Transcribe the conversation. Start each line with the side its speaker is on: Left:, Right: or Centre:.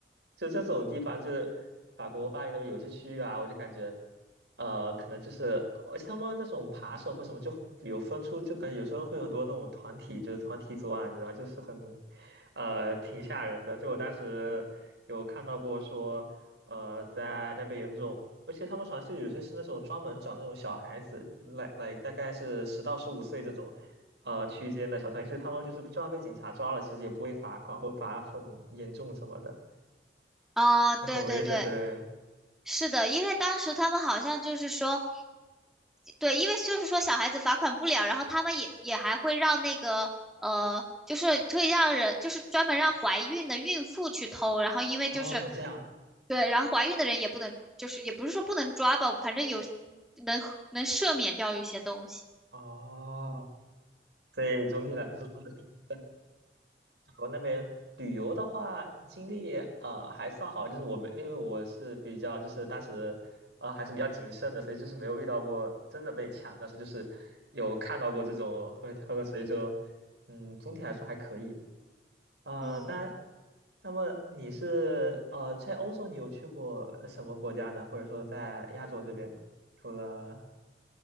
Right: 就这种地方，就是法国巴黎那边有些区域啊，我就感觉，呃，可能就是，而且他们那种扒手或什么就有分出，就感觉有时候会有很多那种团体，就是团体作案，你知道，就是很，呃，挺吓人的。就我当时有看到过说，呃，在那边有那种，而且他们好像就有些是那种专门找那种小孩子，来来大概是十到十五岁这种。呃，区间的小团体，就是他们就是就算被警察抓了，其实也不会罚款或罚很严重什么的。
Centre: 哦，
Right: 就很危险，
Centre: 对对对，
Right: 对。
Centre: 是的，因为当时他们好像就是说，对，因为就是说小孩子罚款不了，然后他们也也还会让那个呃，就是会让人就是专门让怀孕的孕妇去偷，然后因为就是
Right: 哦，哦这样
Centre: 对，然后怀孕的人也不能，就是也不是说不能抓吧，反正有能能赦免掉一些东西。
Right: 哦，所以总体来说，在美国那边旅游的话，经历呃还算好，就是我们因为我是比较就是当时呃还是比较谨慎的，所以就是没有遇到过真的被抢，但是就是有看到过这种喝喝个水就嗯总体来说还可以。呃，
Centre: 嗯
Right: 那那么你是呃在欧洲你有去过什么国家呢？或者说在亚洲这边呢？除了